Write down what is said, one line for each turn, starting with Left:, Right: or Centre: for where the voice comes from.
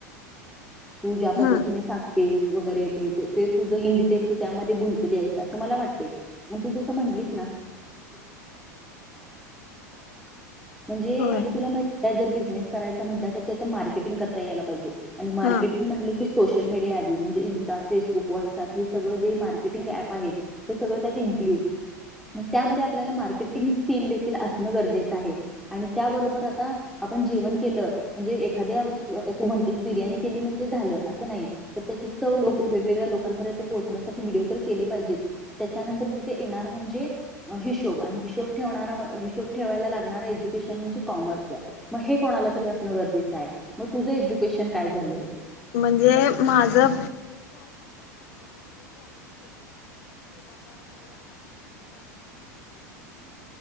Centre: ज्या पद्धतीने
Left: हम्
Centre: सांग येस वगैरे तुझ इन डटेल तू त्यामध्ये गुंतली आहेस असं मला वाटते म तू जसं म्हंटलीस. म्हणजे
Left: होय
Centre: आणि जर बिझनेस करायचा म्हंटला तर त्याच मार्केटिंग करता यायला पाहिजे. आणि मार्केटिंग
Left: हा
Centre: म्हणले की सोशल मिडिया आली म्हणजे इंस्टा फेसबुक व्हटसअप हे सोसियल मीडिया आली म्हणजे आता फेसबुक व्हॉट्सअँपहे सगळ जे मार्केटिंग ऍप आहेत ते सगळ त्यात इन्क्लुड मग त्या मध्ये आपल्याला मार्केटिंग स्किल देखील असणं गरजेच आहे आणि त्याबरोबर- त आता आपण जेवण केलं म्हणजे एखाद्या वस्तू आता तू म्हणतेस बिर्याणी केली म्हणजे झालं असं नाही तर त्याची चव लोक वेगवेगळ्या लोकांपर्यंत पोहोचण्यासाठी व्हिडिओ तर आता आपण जेवण केल म्हणजे बिर्याणी केली म्हणजे झालं अस नाही तर त्याची चव वेग वेगळ्या लोकांपर्यंत पोहोचण्यासाठी व्हिडिओ तर केले पाहिजेत त्याच्यानंतर तिथे येणार म्हणजे हिशोब आणि हिशोब ठेवणारा ठेवा हिशोब ठेवायला लागणार एज्युकेशन म्हणजे- कॉमर्सच, म हे कोणाला तरी असणं गरजेच आहे. म तुझं एज्युकेशन काय झालंय -
Left: म्हणजे माझ -